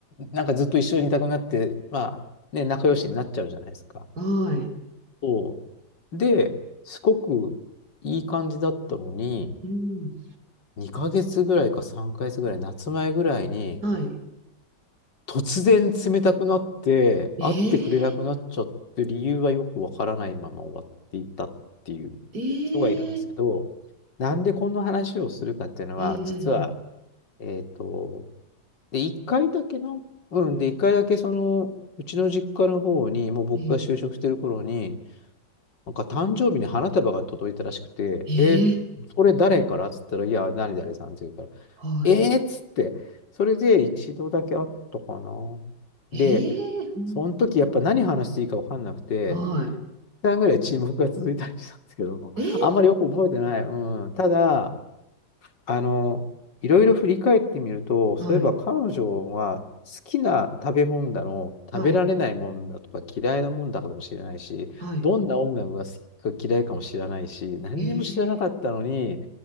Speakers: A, on the left; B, on the right.
A: なんかずっと一緒にいたくなって、まあ、ね、仲良しになっちゃうじゃないですか。
B: はい。
A: そう。で、すごくいい感じだったのに、
B: うん、
A: 2ヶ月ぐらいか3ヶ月ぐらい、夏前ぐらいに、
B: はい。
A: 突然冷たくなって、
B: え
A: 会ってくれなくなっちゃって理由はよくわからないまま終わっていったっていう人がいるんですけど、
B: え、ええ、
A: なんでこんな話をするかっていうのは、
B: ええ、
A: 実は、
B: ええ、
A: えっと、で、1回だけな、うん、で、1回だけその、うちの実家の方に、もう僕が就職してる頃に、
B: ええ、
A: なんか誕生日に花束が届いたらしくて、
B: ええ、
A: えーそれ誰からっつったら、いや、何々さんって言うから、
B: はい。
A: えーっつって、それで一度だけあったかな。で、
B: ええ、うん、
A: その時やっぱ何話していいか分かんなくて、
B: はい。
A: 1時間ぐらい沈黙が続いたりしたんですけど、
B: ええ、
A: あんまりよく覚えてない。うん。ただ、あの、いろいろ振り返ってみると、
B: はい、
A: そういえば彼女は好きな食べ物だの、
B: はい、
A: 食べられないもんだとか嫌いなもんだかもしれないし、
B: はい。
A: どんな音楽が好きか嫌いかも知らないし、何にも知らなかったのに、
B: ええ、